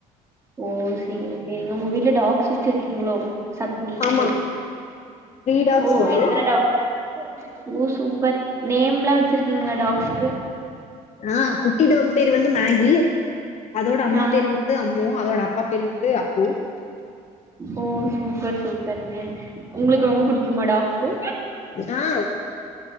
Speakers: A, on the right (about 20°); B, on the left (about 50°).
A: ஓ சேரி சேரிங்க உங்க வீட்ல டாக்ஸ் வச்ருக்கீங்களோ சத்தங்கேக்குது
B: ஆமா த்ரீ டாக்ஸ்
A: ஓ
B: இருக்கு
A: எத்தன டாக் ஓ சூப்பர் நேம்லா வச்சிருக்கீங்களா டாக்ஸ்க்கு
B: ஆ குட்டி டாக் பேரு வந்து மேகி அதோட அம்மா
A: ஆ
B: பேரு வந் து அம்மு அதோட அப்பா பேரு வந்து அப்பூ
A: ஓ சூப்பர் சூப்பருங்க உங்ளுக்கு ரொம்ப புடிக்குமா டாக்சு
B: ஆ பிடிக்கு